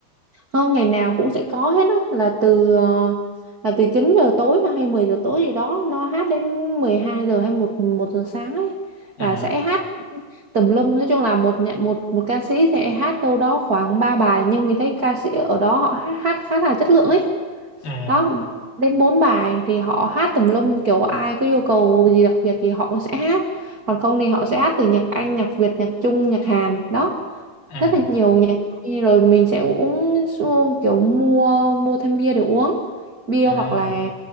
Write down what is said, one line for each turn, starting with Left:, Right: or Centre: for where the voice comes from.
Right: không ngày nào cũng sẽ có hết á là từ ờ, là từ 9 giờ tối hay 10 giờ tối gì đó nó hát đến 12 giờ hay một một giờ sáng ấy
Left: à
Right: và sẽ hát tùm lum nói chung là một nhận một một ca sĩ sẽ hát đâu đó khoảng 3 bài nhưng mình thấy ca sĩ ở đó họ hát, hát khá là chất lượng ấy
Left: à
Right: đó đến 4 bài thì họ hát tùm lum kiểu ai có yêu cầu gì đặc biệt thì họ cũng sẽ hát còn không thì họ sẽ hát từ nhạc Anh nhạc Việt nhạc Trung nhạc Hàn đó
Left: à
Right: rất là nhiều nhà hàng rồi mình sẽ uống su- kiểu mua mua thêm bia để uống bia
Left: à
Right: hoặc là